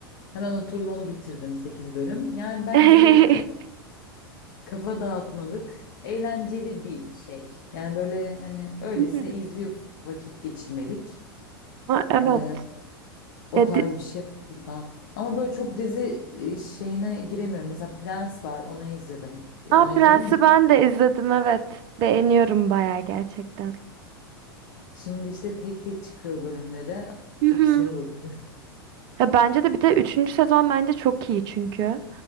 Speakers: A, on the left; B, on the right.
A: hemen oturdum onu bitirdim 8 bölüm. Yani bence
B: <laughs>
A: böyle kafa dağıtmalık, eğlenceli bir şey. Yani böyle hani öylesine
B: Hı hı.
A: izliyorsun, vakit geçirmelik.
B: Aa, Evet.
A: Ee, o
B: Ya,
A: tarz
B: di-
A: bir şey yapıyorsan. Ama böyle çok dizi e, şeyine giremiyorum. Mesela Prens var, onu izledim. E, Onu
B: Aa,
A: izledin
B: Prens'i
A: mi?
B: ben de izledim evet. Beğeniyorum bayağı gerçekten.
A: Şimdi işte tek tek çıkıyor bölümleri.
B: Hı
A: Çok
B: hı.
A: sinir bozucu.
B: Ya bence de bir de üçüncü sezon bence çok iyi çünkü.